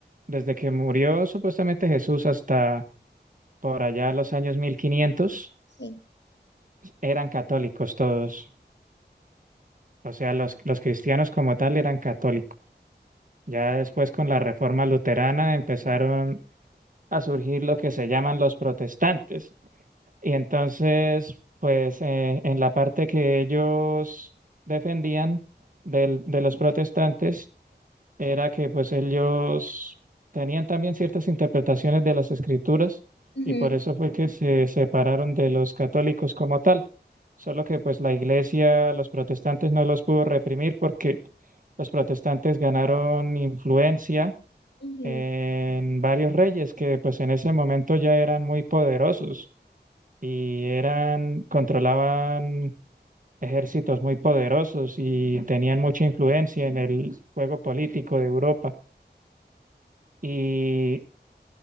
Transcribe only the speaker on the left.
Sí.
Ujú,
ujú,